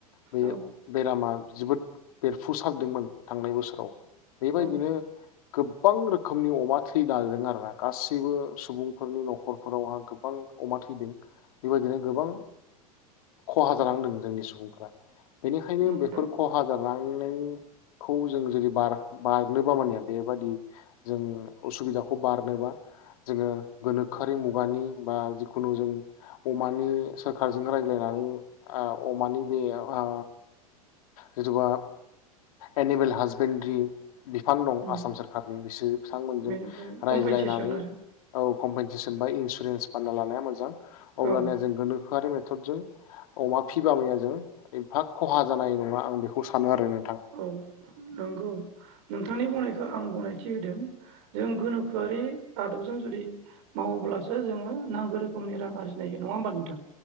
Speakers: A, on the left (about 65°); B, on the right (about 60°).
A: बे
B: औ
A: बेरामा जोबोद बेरफुसारदोंमोन थांनाय बोसोराव बेबायदिनो
B: औ
A: गोबां रोखोमनि अमा थै लादों आरोना गासैबो सुबुंफोरनि न'खरफोरावहा गोबां अमा थैदों बेबायदिनो गोबां खहा जानांदों जोंनि सुबुं फोरा बेनिखायनो
B: नंगौ
A: बेफोर खहा जालांनायनिखौ जों जुदि बारा बारनो माने बेबादि जों उसुबिदाखौ बारनोबा जोङो गोनोखोआरि मुगानि बा खुनु जों अमानि सोरखारजों रायज्लायनानै ओ अमानि बे ओ जेरेबा एनिमेल हासबेन्ड्रि बिफान दं
B: उम
A: आसाम सोरखारनि बिसोर बिथांमोनजों
B: बेनिफ्राय
A: रायज्लायनानै
B: कम्पेनसेसन
A: औ।
B: आरो
A: कमपेनसेसन बा इन्सुरेन्स बानायना लानाया मोजां अब्लानिया
B: औ
A: जों गोनोखोआरि मे थद जों अमा फिबा जों एफा खहा जानाय नङा आं बेखौ सानो आरो नों
B: औ नंगौ नोंथांनि बुंनायखौ आं गनायथि होदों जों गोनोखोआरि आदबजों जुदि मावोब्लासो जोङो नांगौ रोखोमनि रां आरजिनायो नङा होमबा नोंथां।